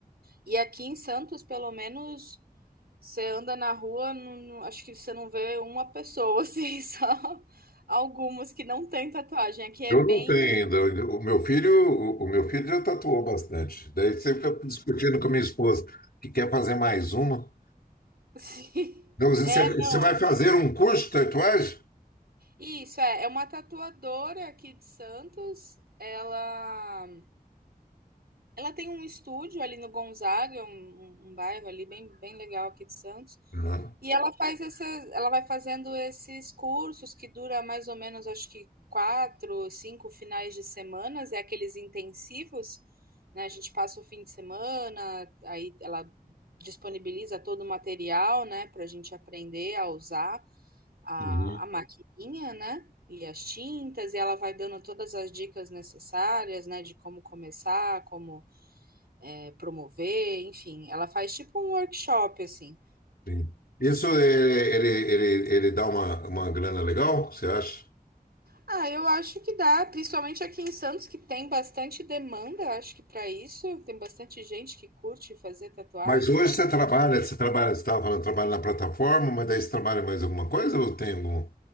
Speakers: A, on the right; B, on the left.
A: E aqui em Santos, pelo menos, você anda na rua, não, não- acho que você não vê uma pessoa assim, <laughs> só algumas que não têm tatuagem. Aqui é
B: Eu
A: bem
B: não tenho ainda. O meu filho, o o meu filho já tatuou bastante. Daí você fica discutindo com a minha esposa que quer fazer mais uma.
A: <laughs> Sim.
B: Então, você,
A: É, não.
B: você vai
A: é-
B: fazer um curso de tatuagem?
A: Isso é, é uma tatuadora aqui de Santos. Ela, ela tem um estúdio ali no Gonzaga, um, um um bairro ali bem, bem legal aqui de Santos.
B: Não.
A: E ela faz essas, ela vai fazendo esses cursos que dura mais ou menos, acho que quatro, cinco finais de semanas, é aqueles intensivos, né? A gente passa o fim de semana, aí ela disponibiliza todo o material, né, para a gente aprender a usar. a
B: Uhum.
A: a maquininha, né, e as tintas, e ela vai dando todas as dicas necessárias, né, de como começar, como, eh, promover, enfim, ela faz tipo um workshop, assim.
B: Sim. Isso é- ele, ele, ele, dá uma, uma grana legal, você acha?
A: Ah, eu acho que dá, principalmente aqui em Santos, que tem bastante demanda, eu acho que para isso, tem bastante gente que curte fazer tatuagem.
B: Mas hoje você trabalha, você trabalha, você estava falando, trabalha na plataforma, mas daí você trabalha mais alguma coisa ou tem alguma